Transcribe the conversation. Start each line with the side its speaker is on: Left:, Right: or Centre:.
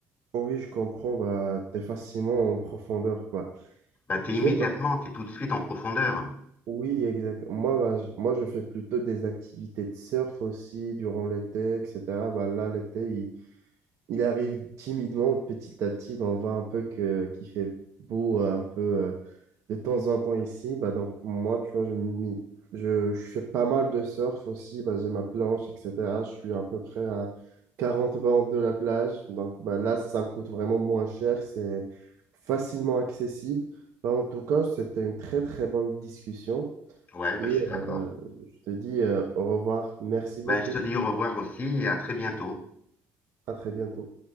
Right: oh oui, je comprends, bah, t'es facilement en profondeur, quoi.
Left: Bah,
Right: Ok,
Left: t'es immédiatement, t'es tout de suite en profondeur.
Right: Oui, exact. Moi, bah, je, moi, je fais plutôt des activités de surf aussi durant l'été, etc. Bah, là, l'été, il, il arrive timidement, petit à petit. On voit un peu que, qu'il fait beau euh, un peu euh, de temps en temps ici. Bah, donc, moi, tu vois, je, m'y- je, je fais pas mal de surf aussi. Bah, j'ai ma planche, etc. Je suis à peu près à 40 bornes de la plage. Donc, bah, là, ça me coûte vraiment moins cher. C'est facilement accessible. Bah, en tout cas, c'était une très, très bonne discussion.
Left: Ouais, bah,
Right: Et
Left: je suis d'accord.
Right: euh, je te dis euh, au revoir. Merci beaucoup.
Left: Bah, je te dis au revoir aussi et à très bientôt.
Right: À très bientôt.